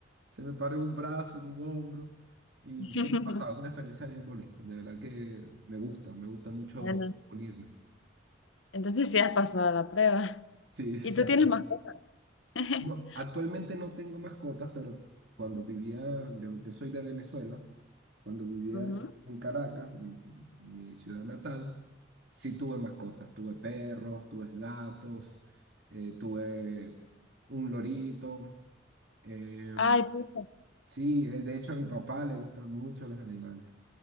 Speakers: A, on the right; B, on the left.
A: se me pare en un brazo, en un hombro. Y
B: <laughs>
A: sí me pasaba, una experiencia bien bonita, de verdad que me gusta, me gusta mucho
B: Bueno,
A: unirme.
B: entonces sí has pasado la prueba.
A: Sí, <laughs> o sea,
B: ¿Y tú tienes más cosas? <laughs>
A: no, actualmente no tengo mascotas, pero cuando vivía, yo, yo soy de Venezuela, cuando vivía
B: Ujú.
A: en Caracas, en, en mi ciudad natal, sí tuve mascotas, tuve perros, tuve gatos, eh, tuve un lorito, eh,
B: Ay, pucha.
A: sí, eh, de hecho a mi papá le gustan mucho los animales.